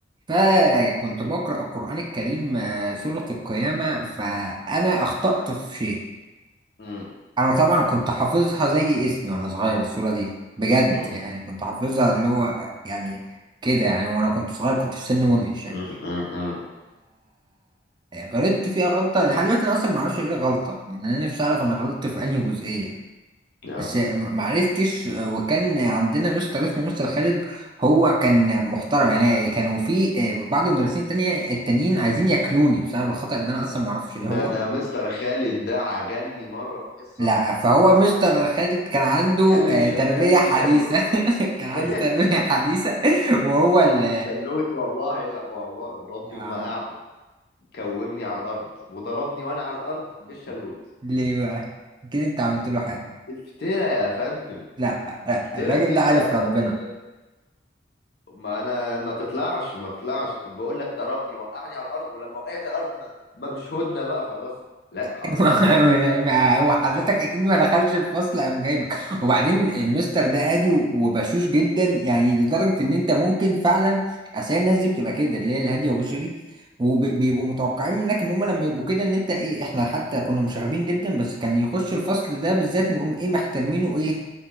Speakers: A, on the right; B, on the left.
A: فكنت بقرأ القرآن الكريم آه، سورة القيامة فأنا أخطأت في شيء
B: مم.
A: أنا طبعا كنت حافظها زي اسمي وأنا صغير السورة دي بجد
B: مم.
A: يعني كنت حافظها اللي هو يعني كده يعني وأنا كنت صغير كنت في سن مدهش يعني
B: مم. مم. مم.
A: فغلطت فيها غلطة لحد دلوقتي أنا أصلا معرفش إيه الغلطة يعني أنا نفسي أعرف أنا غلطت في أنهي جزئية
B: يا.
A: بس م- معرفتش آه، وكان عندنا مستر اسمه مستر خالد هو كان محترم يعني كانوا في آه، بعض المدرسين التانية التانيين عايزين ياكلوني بسبب الخطأ اللي انا اصلا معرفش
B: ده
A: ايه هو
B: أنا مستر خالد ده عجني مرة في حصة
A: لا فهو مستر خالد كان عنده
B: كان لي
A: آه،
B: ش...
A: تربية
B: كان
A: حديثة
B: لي شلوت
A: <laughs> كان
B: <laughs>
A: عنده تربية حديثة وهو ال
B: كان لي شلوت والله لا والله وربي
A: يا عم
B: وما أعبد كومني على الأرض وضربني وأنا على الأرض بالشلوت
A: ليه بقى كده انت عملت له حاجة
B: افترى يا فندم
A: لا لا
B: افترى
A: الراجل
B: مين
A: ده عارف
B: ده يا
A: ربنا
B: باشا اللي- ما أنا ما تطلعش ما تطلعش بقول لك ضربني وقعني على الأرض ولما وقعت على الأرض ما... ما مش هدنة بقى خلاص لا حضرتك
A: <laughs>
B: ده ابتدى
A: ما هو حضرتك اكيد ما دخلش الفصل قام جايبك وبعدين المستر ده هادي و- وبشوش جدا يعني لدرجه ان انت ممكن فعلا اصل هي الناس دي بتبقى كده اللي هي الهاديه وبشوشه دي وبيبقوا متوقعين منك ان هم لما يبقوا كده ان انت ايه احنا حتى كنا مشاغبين جدا بس كان يخش الفصل ده بالذات نقوم ايه محترمينه ايه